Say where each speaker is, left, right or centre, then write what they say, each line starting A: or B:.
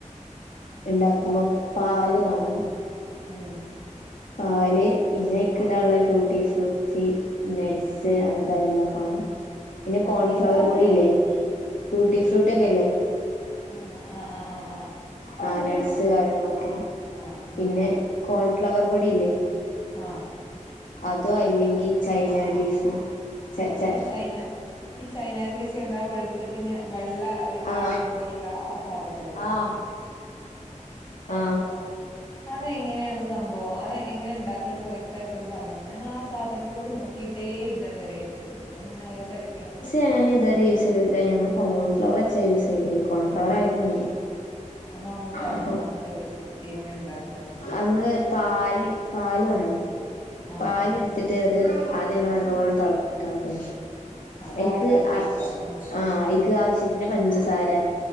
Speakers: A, on the left; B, on the left.
A: ഉണ്ടാക്കുമ്പോ
B: പറയ്
A: പാല് വാണം
B: ഉം
A: പാല് പിന്നെ അയ്ക്കിടാള്ള ടൂട്ടി ഫ്രൂട്ട്സി നെഡ്സ് അങ്ങനത്തെ കാര്യങ്ങളൊക്കെ വാണം പിന്നെ
B: ആ
A: കോൺഫ്ലവർ
B: എന്താ പറഞ്ഞേ
A: പൊടി ഇല്ലേ ട്യൂട്ടി ഫ്രൂട്ടി ഒക്കെ ല്ലേ
B: ആഹ് ആഹ് ആഹ് ആഹ്
A: ആഹ് നഡ്സ് കാര്യങ്ങളൊക്കെ
B: ആ ആ
A: പിന്നെ കോൺഫ്ലവർ പൊടി ഇല്ലേ
B: ആ
A: അതോ അല്ലെങ്കിൽ ചൈന ഗ്രീസ് ച
B: ആഹ്
A: ച
B: ഈ ചൈന ഈ ചൈന ഗ്രീസ് കണ്ട വെളുത്തിട്ട് ഇ വെള്ള ഒരു ഗ്ലാസ്
A: ആ
B: പോലെയുള്ള ആഹ് സാധനല്ലേ
A: ആ
B: ആഹ്
A: ആ
B: അപ്പൊ അത് എങ്ങനെയാണ് സംഭവം അത് എങ്ങനെ ഉണ്ടാക്കലന്ന് വ്യക് യിട്ടൊന്ന് പറഞ്ഞോ ഞാൻ ആഹ് സാധൻത്ത്മ്മക്ക് നോക്കിയിട്ടേ ഇല്ല ഇതുവരെെയായിട്ട് നമ്മളിങ്ങനെ ഓരോ തിരക്കിലാവും
A: ഞാന് ഇതുവരെ യൂസ് ചെയ്ത ഞങ്ങള് കോൺഫ്ലവർ വച്ച യൂസ് ചെയ്യല് കോൺഫ്ലവർ ആയാലും മതി
B: എന്നാ ഒന്ന് പറഞ്ഞന്നോ
A: അപ്പം
B: അന്റെ റെസിപ്പി എങ്ങനെ ഉണ്ടാക്കാന്നല്ലോ
A: നമ്മള് പാല് പാല് വേണം
B: ആഹ്
A: പാല് എടുത്തിട്ട് അത് ആദ്യ നമ്മ നല്ല പോണം തളപ്പടുക്കാനട്ടോ
B: ആ പാല്
A: ഐക്ക്
B: തിളപ്പിക്കുക
A: ആഹ്
B: ഉം
A: ആഹ് ഐക്ക് ആവശ്യത്തിന് പഞ്ചസാര